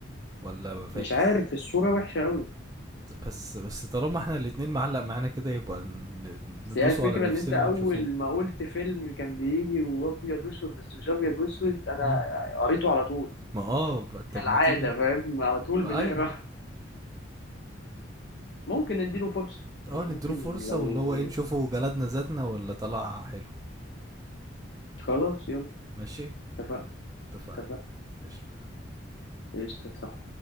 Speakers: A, on the right; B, on the left.
A: ولا فاكس
B: مش عارف الصورة وحشة قوي
A: بس بس طالما احنا الاتنين معلق معانا كده يبقى ن-
B: بس
A: ندوسه
B: هي الفكرة
A: على نفسنا
B: ان انت اول
A: ونشوفوه
B: ما قلت فيلم كان بيجي وابيض واسود بس مش ابيض واسود انا
A: امم
B: قريته على طول
A: ما اه ب- طب
B: كالعادة
A: ما تيجي
B: فاهم على طول
A: ايوه
B: بنقرا <laughs> ممكن نديله فرصة
A: اه
B: يعني
A: نديله
B: ممكن
A: فرصة
B: لو
A: واللي هو ايه نشوفه جلدنا ذاتنا ولا طلع حلو
B: خلاص يلا
A: ماشي
B: اتفقنا
A: اتفقنا
B: اتفقنا
A: قشطة
B: قشطة صح